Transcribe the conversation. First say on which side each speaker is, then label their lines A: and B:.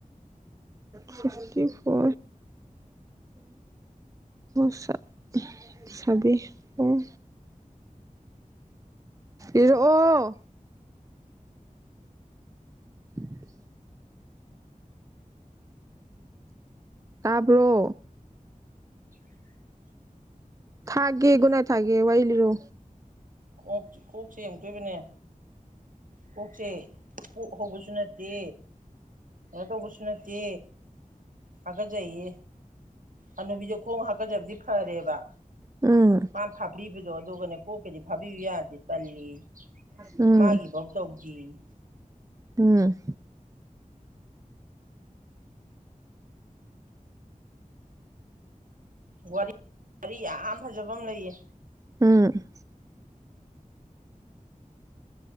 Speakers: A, on the right; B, on the right.
A: ꯁꯤꯁꯇꯤꯐꯤꫪ ꯑꯣ ꯁꯞ ꯁꯕꯤ ꯑꯣ ꯏꯔꯛꯑꯣ - <unintelligible> ꯇꯥꯕ꯭ꯔꯣ?
B: - <inaudible>
A: ꯊꯥꯒꯦ ꯒꯨꯅꯥꯏꯠ ꯊꯥꯒꯦ ꯋꯥꫪꯤ ꯂꯤꯔꯣ
B: ꯀꯣꯛ ꯀꯣꯛꯁ ꯑꯝꯗꯣꯏꯕꯅꯦ ꯀꯣꯛꯁꯦ ꯄꫭꯛ ꯍꯧꯕꯁꯨ ꯅꯠꯇꯦ ꯀꯩꯅꯣ ꯇꯧꯕꯁꯨ ꯅꯠꯇꯦ ꯍꯥꯒꯠꯆꯩꯌꯦ ꯑꯅꯨꯕꯤꯗ ꯈꯣꯡ ꯍꯥꯞꯀꯗꯕꯗꯤ ꯐꯔꯦꯕ
A: ꯎꯝ
B: ꯃꯥ ꯐꯥꯞꯕꯗꯣ ꯑꯗꯨꯒꯅꯦ ꯀꯣꯛꯀꯤꯗꯤ ꯊꯥꯕꯤꯌꯨ ꯌꯥꯗꯦ ꯇꯜꯂ‌ꯦꯌ‌ꯦ
A: ꯎꯝ
B: ꯃꯥꯒꯤꯐꯧ ꯇꯜꯂ‌ꯦꯌ‌ꯦ
A: ꯎꯝ
B: ꯋꯥꯔꯤ ꯌꯥꯝ ꯐꯖꯕ ꯑꯃ ꯂꯩꯌꯦ
A: ꯎꯝ